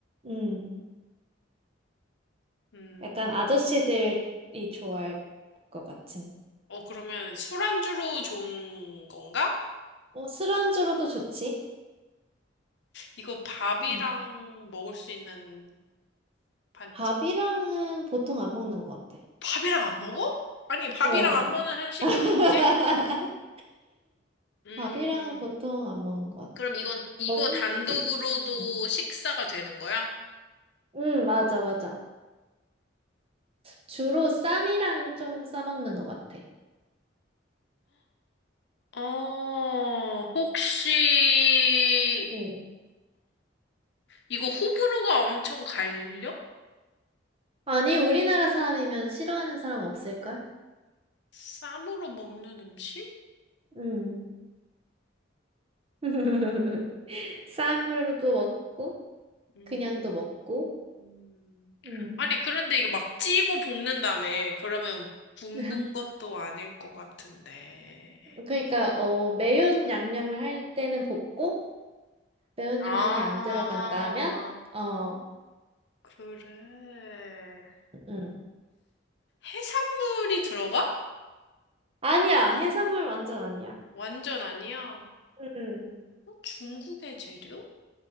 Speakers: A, on the right; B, on the left.
A: 음.
B: 음.
A: 약간 아저씨들이 좋아할 것 같은.
B: 어, 그러면 술안주로 좋은 건가?
A: 어, 술안주로도 좋지.
B: 이거 밥이랑
A: 음.
B: 먹을 수 있는 반찬?
A: 밥이랑은 보통 안 먹는 것 같아.
B: 밥이랑 안 먹어? 아니, 밥이랑
A: 어.
B: 안
A: 어.
B: 먹는 한식이
A: <laughs>
B: 어딨지? 음,
A: 밥이랑은 보통
B: 음.
A: 안 먹는 것
B: 그럼
A: 같아.
B: 이건, 이거
A: 먹을
B: 단독으로도
A: 수도 있고. 응,
B: 식사가 되는 거야?
A: 응, 맞아, 맞아. 주로 쌈이랑 좀 싸먹는 것 같아.
B: 어, 혹시,
A: 응.
B: 이거 호불호가 엄청 갈려?
A: 아니, 우리나라 사람이면 싫어하는 사람 없을걸?
B: 쌈으로 먹는 음식?
A: 응. <laughs> 쌈으로도 먹고,
B: 음,
A: 그냥도 먹고.
B: 음.
A: 응.
B: 아니, 그런데 이게 막 찌고 볶는다며. 그러면 굽는
A: <laughs>
B: 것도 아닐 것 같은데.
A: 그러니까, 어, 매운 양념을 할 때는 볶고, 매운
B: 아,
A: 양념이 안 들어간다면? 어,
B: 그래.
A: 음.
B: 해산물이 들어가?
A: 아니야. 해산물 완전 아니야.
B: 완전 아니야.
A: 음.
B: 어? 중국의 재료?